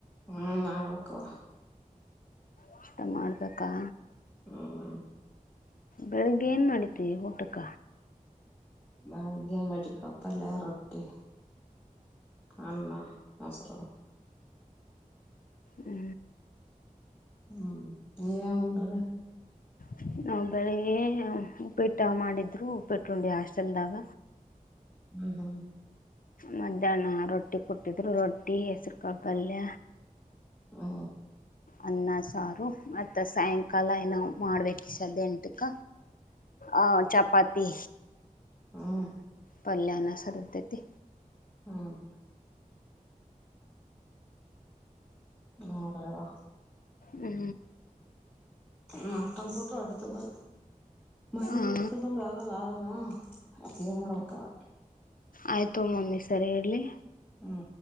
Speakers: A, in the centre; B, on the left.
A: ಹೂ ಮಾಡಡ್ಬೇಕುವ
B: ನಷ್ಟ ಮಾಡ್ಬೇಕಾ
A: ಹ್ಮ್
B: ಬೆಳಗ್ಗೆ ಏನ್ ಮಾಡತಿ ಊಟಕ್ಕ
A: ಬೆಳ್ಳಗೆ ವೇಟಿಿಕಳಪಲ್ಲ ರೊಟ್ಟಿ ಅನ್ನ ಮೊಸರು
B: ಹೂ
A: ಹೂ ನೀವೇನ್ ಉಂಡ್ರಿ
B: ಹ ನಾವು ಬೆಳಿಗ್ಗೆ ಉಪೇಟ ಮಾಡಿದ್ರು ಉಪ್ಪೇಟ್ಟಂಡಿ ಹಾಸ್ಟೆಲ್ದಾಗ
A: ಹೂ ಹ
B: ಮಧ್ಯಾಹ್ನ ರೊಟ್ಟಿ ಕೊಟ್ಟಿದ್ರು ರೊಟ್ಟಿ ಹೆಸರುಕಪಲ್ಯ
A: ಹೂ
B: ಅನ್ನ ಸಾರು ಮತ್ತ ಸಾಯಂಕಾಲ ಏ ನಾವು ಮಾಡ್ಬೇಕ ಸದ ಎಂಟಿಕ ಆ ಚಪಾತಿ
A: ಹೂ
B: ಪಲ್ಯಾ ಅನ್ನ ಸಾರು ಇರ್ತೈತಿ
A: ಹ್ಮ್ ನೋಡ್ರಿವಾಾ
B: ಹೂ
A: ಹೂ ಕಂಪ್ಯೂಟರ್ ಅಡ್ತಬಲ ಮರಿ
B: ಹಾಂ
A: ಊಟದಂಗ ಆಗಲ್ಲ ಆದಲ್ಲಾ ಅಚ್ಚ ಜನೋಡ ಪಕ್ಕವ
B: ಆಯ್ತು ತಗೋ ಮಮ್ಮಿ ಸರಿ ಇಡ್ಲಿ
A: ಹ್ಹೂ